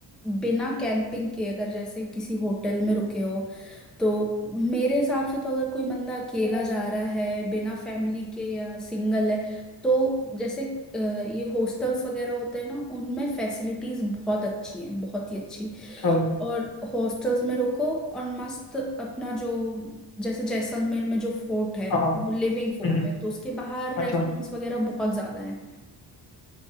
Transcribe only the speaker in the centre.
बिना कैंपिंग के अगर जैसे किसी होटल में रुके हो तो मेरे हिसाब से तो अगर कोई बंदा अकेला जा रहा है बिना फैमिली के या सिंगल है तो जैसे अ, ये हॉस्टल्स वगैरह होते हैं ना उनमें फैसिलिटीज बहुत अच्छी हैं बहुत ही अच्छी
और हॉस्टल्स में रुको और मस्त अपना जो जैसे जैसलमेर में जो फोर्ट है
वो लिविंग
फोर्ट
है तो उसके बाहर रेस्टोरेंट्स
वगैरह बहुत ज्यादा हैं